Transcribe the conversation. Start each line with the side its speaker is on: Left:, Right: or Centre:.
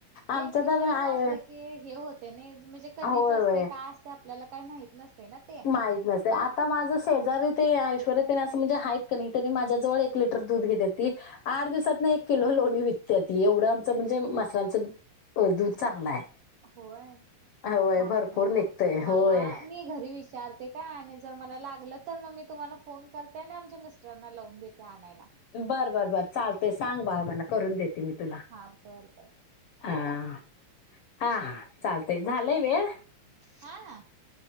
Right: बेकरीतलं
Left: आमचं तर आहे
Right: तेन असलं की हे होत त्याने म्हणजे कधीचं
Left: होय
Right: असते
Left: वय
Right: काय असते आपल्याला काही माहित नसते ना ते
Left: माहित नसते आता माझं जरी ते ऐश्वर्या तेन असं म्हणजे आहेत कि नी तेनी माझ्याजवळ एक लिटर दूध घेतात ती आठ दिवात एक किलो लोणी विकते ती एवढं आमचं म्हणजे म्हसरांचं दूध चांगलं आहे
Right: होय
Left: होय
Right: चांगलं
Left: भरपूर
Right: आहे घ्या
Left: निघतय
Right: मला
Left: होय
Right: मी घरी विचार का आणि जर मला लागलं तर मग मी तुम्हाला फोन करते आणि आमच्या मिस्टरांना लावून देते आणायला
Left: बरं बरं बरं चालतंय सांग बाळ मला करून देत देते मी तुला
Right: हा बर बर ठेवू
Left: अह
Right: काय
Left: हा हा चालतय झालंय वेळ
Right: हा हा.